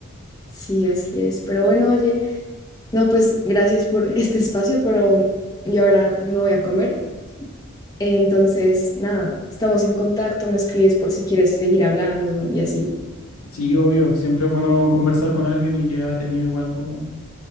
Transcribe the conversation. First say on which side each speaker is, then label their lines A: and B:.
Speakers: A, on the left; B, on the left.
A: Sí, así es. Pero bueno, oye, no, pues gracias por <laughs> este espacio, pero yo ahora me voy a comer. Entonces, nada, estamos en contacto, me escribes por si quieres seguir hablando y así.
B: Sí, obvio, siempre es bueno conversar con alguien y que ha tenido igual como